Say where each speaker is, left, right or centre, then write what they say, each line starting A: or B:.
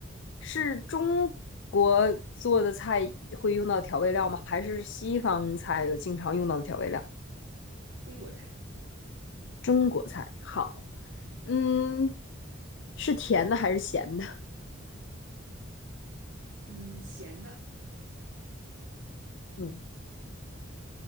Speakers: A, on the left; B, on the right.
A: 是中国做的菜会用到调味料吗？还是西方菜有经常用到的调味料？
B: 中国菜，
A: 中国菜，好，嗯，是甜的还是咸的？
B: 嗯，咸的，
A: 嗯，